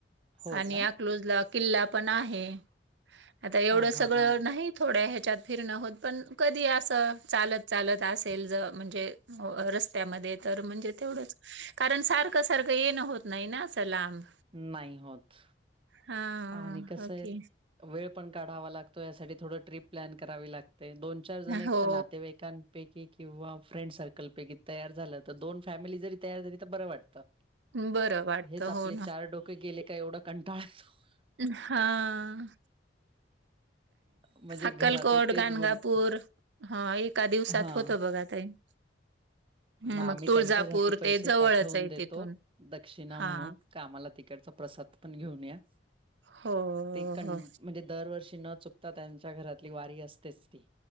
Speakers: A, on the right; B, on the right.
A: हो
B: आणि
A: का?
B: अकलूज ला किल्ला पण आहे, आता एवढं
A: हां हां
B: सगळं
A: हां.
B: नाहीत कि थोड्या ह्याच्यात फिरणं होत, पण कधी असं चालत चालत असेल ज म्हणजे हो रस्त्यामध्ये तर म्हणजे तेवढंच, कारण सार सारखं सारखं येणं होत नाही ना असं लांब.
A: नाही. होत.
B: हा
A: आणि कसंये,
B: ओके
A: वेळ पण काढावा लागतो यासाठी थोडं ट्रिप प्लॅन करावी लागते, दोन चार जण, एक
B: हो
A: तर नातेवाईकांन पैकी किंवा फ्रेंड सर्कलपैकी तयार झालं, तर दोन फॅमिली जरी तयार झाली तर बरं वाटतं.
B: बरं वाटतं
A: हेच आपले
B: हो
A: चार
B: ना
A: डोके गेले का एवढं कंटाळा येतो.
B: हाआ..
A: म्हणजे
B: अक्कलकोट,
A: घरातही तेच
B: गाणगापूर
A: बोलतो
B: हा एका दिवसात
A: हा.
B: होत बघा ताई. <inaudible>
A: म आम्ही
B: तुळजापूर
A: त्यांच्याच हाती पैसे
B: ते जवळच
A: पाठवून
B: आहे
A: देतो
B: तिथून
A: दक्षिणा
B: हा
A: म्हणून कामा आम्हाला तिकडचा प्रसाद पण घेऊन या,
B: हो
A: ते कण
B: हो
A: दरवर्षी न चुकता त्यांच्या घरातली वारी असतेच ती